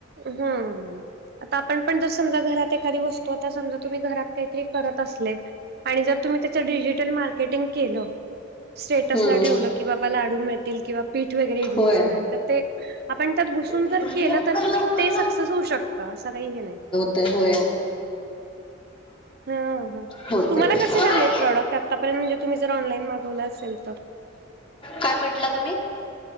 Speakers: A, on the right; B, on the left.
A: हुं. आता आपण पण जर समजा, घरात एखादी वस्तू आता समजा, तुम्ही घरात काहीतरी करत असलेत आणि जर तुम्ही त्याचं डिजिटल मार्केटिंग केलं स्टेटसला
B: हम्म
A: ठेवलं. की बाबा लाडू मिळतील किंवा पीठ वगैरे इडलीच
B: होय
A: मिळल तर ते आपण त्यात घुसून
B: लवकर
A: जर केलं, तर
B: लवकर
A: ते सक्सेस होऊ शकतं. असं काही हे नाही.
B: तो हो.
A: हो हो
B: होते
A: तुम्हाला
B: ते.
A: कसे
B: तू
A: लागलेत
B: आहेस?
A: प्रॉडक्ट? आतापर्यंत म्हणजे तुम्ही जर ऑनलाईन मागवला असेल तर.
B: काय म्हंटला तुम्ही